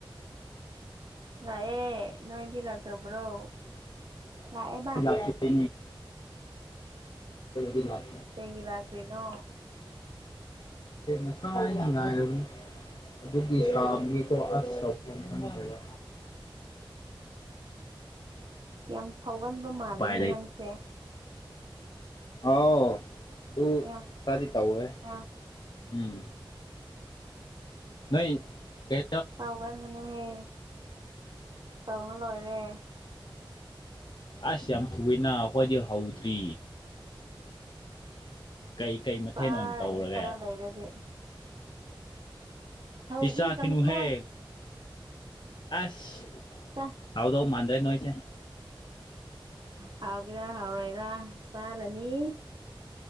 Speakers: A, on the right; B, on the left.
A: ꯂꯑꯦ ꯅꯣꯏ ꯏꯗꯤ ꯂꯥꯛꯇ꯭ꯔꯕ꯭ꯔꯣ ꯂꯥꯛꯑꯦꯕ
B: ꯂꯥꯛꯦ ꯂꯥꯛ
A: ꯀꯩꯒꯤ ꯂꯥꯛꯇ꯭ꯔꯤꯅꯣ
B: ꯦꯁꯉꯔꯤꯉꯥꯏꯔꯨꯝ ꯑꯗꯨꯒꯤ ꯁꯥ ꯃꯤꯗꯣ ꯑꯁꯐꯝ ꯈꯪꯕ
A: ꯌꯥꯝ ꯁꯥꯎꯒꯟꯕ ꯃꯥꯜꯂꯦꯍꯦ
B: ꯎꯄꯥꯏ
A: ꯅꯪꯁꯦ
B: ꯑꯥꯎ ꯑꯗꯨꯗꯨ
A: ꯌꯥꯝ
B: ꯁꯥꯔꯗꯤ ꯇ ꯑꯣꯏꯦ
A: ꯌꯥꯝ
B: ꯎꯝ ꯅ ꯀꯩ
A: ꯇꯧꯒꯟꯒꯅꯦ ꯇꯧꯅ ꯂꯣꯏꯔꯦ
B: ꯑꯁ ꯌꯥꯝ ꯊꯨꯏꯦꯅ ꯑꯩꯈꯣꯏꯗꯤ ꯍꯧꯗ꯭ꯔꯤ ꯀꯩ ꯀꯩ ꯃꯊꯦꯜ
A: ꯄꯥꯔꯅꯤ
B: ꯑꯣꯏꯅ ꯇꯧꯔꯒꯦ
A: ꯈꯔ ꯂꯩꯔꯗꯤꯦ ꯁꯧꯒ꯭ꯔꯤ
B: ꯄꯁꯥꯈꯤꯅꯨꯍꯦ
A: ꯀꯥꯡꯁꯣꯏ
B: ꯑꯁ
A: ꯆꯥ
B: ꯍꯥꯎꯗ ꯃꯥꯗ꯭ꯔꯦ ꯅꯣꯏꯁ
A: ꯍꯥ ꯍꯥꯎꯒꯦꯔ ꯍꯥꯎꯔꯣꯏꯔ ꯆꯥꯔꯅꯤ